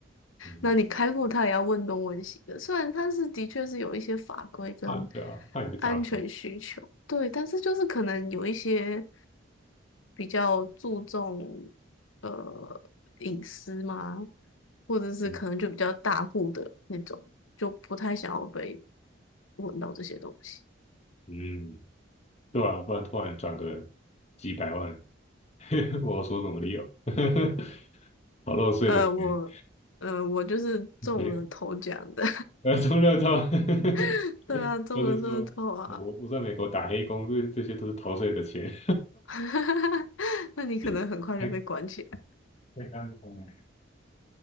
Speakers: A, on the left; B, on the left.
A: 嗯，
B: 那你开户他也要问东问西的。虽然他是的确是有一些法规跟
A: 啊，对啊，怕你被诈骗，
B: 安全需求，对，但是就是可能有一些比较注重呃隐私嘛，或者是可能就比较大户的那种，
A: 嗯
B: 就不太想要被问到这些东西。
A: 嗯，对啊，不然突然转个几百万，<laughs> 我要说什么理由？<laughs> 好漏税的钱，
B: 呃，我呃我就是中了头奖的，
A: 没，呃，中乐透，<laughs>
B: <laughs> 对啊，中了乐透啊。
A: 或是说我我在美国打黑工，这这些都是逃税的钱。
B: <laughs> 哈哈哈那你可能很快就被关起来。
A: <laughs> 哎，太尴尬了